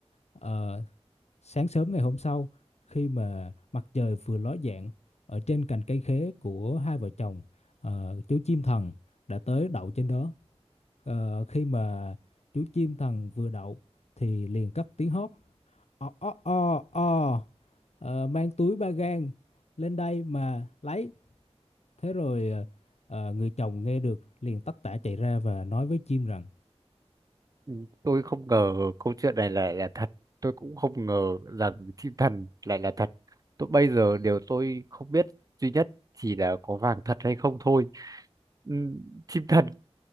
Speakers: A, on the left; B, on the right.
A: Ờ, sáng sớm ngày hôm sau khi mà mặt trời vừa ló dạng ở trên cành cây khế của hai vợ chồng ờ, chú chim thần đã tới đậu trên đó. Ờ, khi mà chú chim thần vừa đậu thì liền cất tiếng hót o o o o Ờ, mang túi ba gang lên đây mà lấy Thế rồi ờ, ờ, người chồng nghe được liền tất tả chạy ra và nói với chim rằng
B: Ừ, tôi không ngờ câu chuyện này là là thật tôi cũng không ngờ rằng thiên thần lại là thật tôi bây giờ điều tôi không biết duy nhất chỉ là có vàng thật hay không thôi Ừm, chim thần